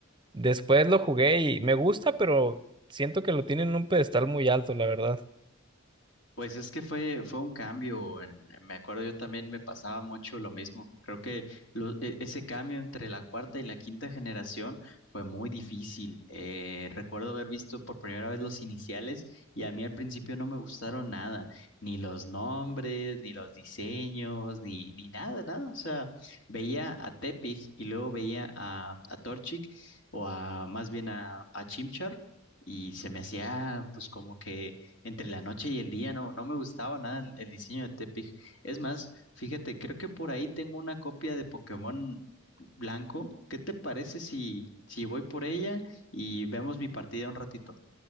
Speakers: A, on the right; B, on the left.
A: Después lo jugué y me gusta, pero siento que lo tienen en un pedestal muy alto, la verdad.
B: Pues es que fue, fue un cambio. en- me acuerdo yo también me pasaba mucho lo mismo. Creo que lo- e- ese cambio entre la cuarta y la quinta generación fue muy difícil. Eh, recuerdo haber visto por primera vez los iniciales y a mí al principio no me gustaron nada, ni los nombres, ni los diseños, ni, ni nada, nada. O sea, veía a Tepig y luego veía a, a Torchic o a más bien a, a Chimchar y se me hacía pues como que entre la noche y el día, no, no me gustaba nada el, el diseño de Tepig. Es más, fíjate, creo que por ahí tengo una copia de Pokémon blanco. ¿Qué te parece si, si voy por ella y vemos mi partida un ratito?